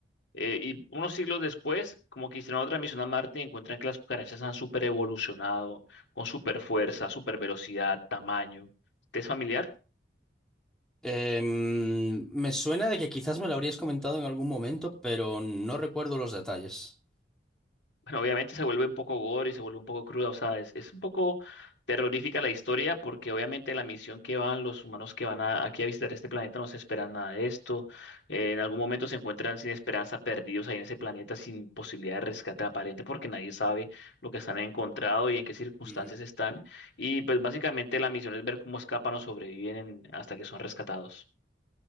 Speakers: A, on the left (about 85°); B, in the centre.
A: Eh, y unos siglos después, como que hicieron otra misión a Marte y encuentran que las cucarachas han super evolucionado, con super fuerza, super velocidad, tamaño. ¿Te es familiar?
B: Em, me suena de que quizás me lo habrías comentado en algún momento, pero no recuerdo los detalles.
A: bueno, obviamente se vuelve un poco gore y se vuelve un poco cruda, o sea, es, es un poco terrorífica la historia porque obviamente la misión que van los humanos que van a, aquí a visitar este planeta no se esperan nada de esto, eh, en algún momento se encuentran sin esperanza, perdidos ahí en ese planeta sin posibilidad de rescate aparente porque nadie sabe lo que están encontrado y en qué circunstancias
B: Ujú,
A: están y pues básicamente la misión es ver cómo escapan o sobreviven en- hasta que son rescatados.